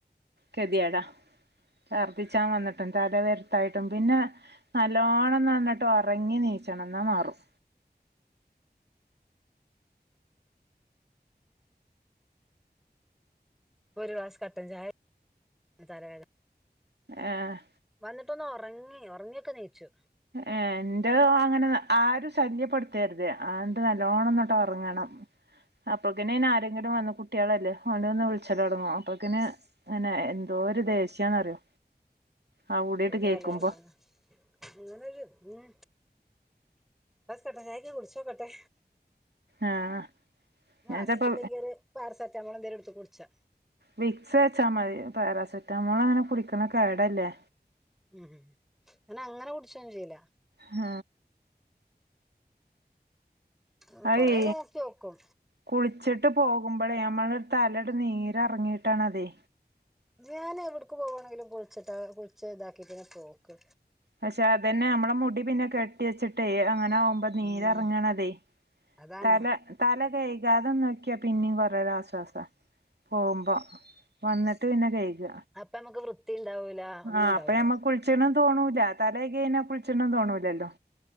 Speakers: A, on the right; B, in the centre.
A: കെതിയേടാ ഛർദ്ദിച്ചാൻ വന്നിട്ടും തല വെര്ത്തായിട്ടും പിന്നെ നല്ലോണംന്നങ്ങ ട്ടൊറങ്ങി നീച്ചണം ന്നാ മാറും
B: അപ്പൊ ഒരു ക്ലാസ് കട്ടൻ ചായ തല വേത
A: ഏഹ്
B: വന്ന്ട്ടൊന്നൊറങ്ങി ഒറങ്ങിയൊക്കെനീച്ചു
A: ഏ എന്റെ അങ്ങനെ ആരു ശല്യപ്പെട്ത്തര്തേ അങ്ങട്ട് നല്ലോണം ഒന്നണ്ട് ഒറങ്ങണം അപ്പക്കിനയിനാരെങ്കിലും വന്ന് കുട്ട്യേളല്ലേ ഓനൊന്ന് വിളിച്ചലൊടങ്ങും അപ്പക്കിന് അനെ എന്തോരു ദേഷ്യന്നറിയോ ആ വുടിഅട്ട്
B: ഒരു
A: കേക്കുമ്പോ
B: തലവേദന അങ്ങനൊരു ഉം പസ് കട്ടൻ ചായക്ക കുടിച്ചോക്കട്ടെ
A: ആഹ്
B: മാറിയിട്ടില്ലെങ്കി
A: ഞാൻ ചെലപ്പോ
B: ഒരു പാരസെറ്റാമോൾ എന്തും എടുത്ത് കുടിച്ചാ
A: വിക്സ്ചാ മതി പാരസെട്ടാമോൾ അങ്ങനെ കുടിക്ക്ണെ കേടല്ലേ
B: ഉം ഞനൻ അങ്ങനെ കുടിച്ചോന്നും ചെയ്ല
A: ഹ
B: ഉം
A: അയ്
B: കൊറെ നോക്കി നോക്കും
A: കുളിച്ചിട്ട് പോകുമ്പോഴേ നമ്മളരു തലയടെ നീര്റങ്ങിട്ടാണതെ
B: ഞാൻ എവിടക്ക് പോകവാണെങ്കിലും കുളിച്ചിട്ടാ കുളിച്ച ഇതാക്കി പിന്നെ പോക്ക്
A: പക്ഷെ അത് ന്നേ നമ്മളെ മുടി പിന്നെ കെട്ടി വെച്ചിട്ടേ അങ്ങനെ മ്പൊ നീരറങ്ങാണതെ
B: ഉം അതാണ്
A: തല തല കൈകാതെ നോക്കിയാ പിന്നെ കൊറേരാശ്വാസ പോകുമ്പോ വന്നിട്ട് പിന്നെ കഴിക
B: അപ്പൊ നമുക്ക് വൃത്തി ഉണ്ടാവൂല ഒന്നും
A: ആഹ്
B: ഉണ്ടാവൂല
A: അപ്പ നമ്മക്ക് കുളിച്ചെണം തോണൂല തല കഴികഴിഞ്ഞ കുളിച്ചെണ് തോന്നൂലല്ലോ